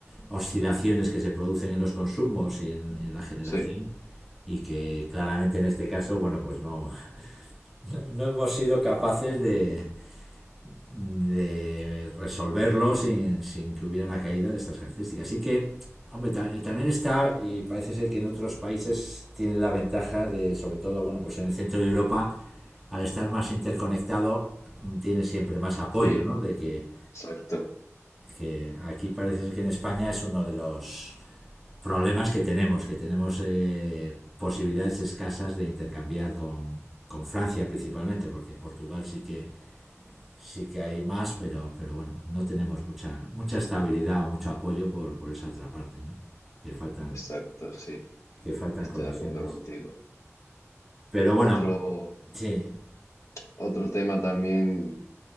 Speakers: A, in the centre; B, on the left.
A: oscilaciones que se producen en los consumos y en, en la generación
B: Sí,
A: y que claramente en este caso, bueno, pues no, <laughs> no hemos sido capaces de, de resolverlo sin, sin que hubiera una caída de estas características. Así que, hombre, ta- también está, y parece ser que en otros países tiene la ventaja de, sobre todo, bueno, pues en el centro de Europa, al estar más interconectado, mm, tiene siempre más apoyo,
B: sí,
A: ¿no? De que,
B: exacto,
A: que aquí parece ser que en España es uno de los problemas que tenemos, que tenemos eh, posibilidades escasas de intercambiar con, con Francia principalmente, porque en Portugal sí que sí que hay más, pero, pero bueno, no tenemos mucha, mucha estabilidad o mucho apoyo por, por esa otra parte, ¿no? Que faltan,
B: exacto, sí.
A: que faltan
B: Estoy
A: conexiones.
B: de acuerdo contigo.
A: Pero bueno,
B: Otro,
A: sí.
B: otro tema también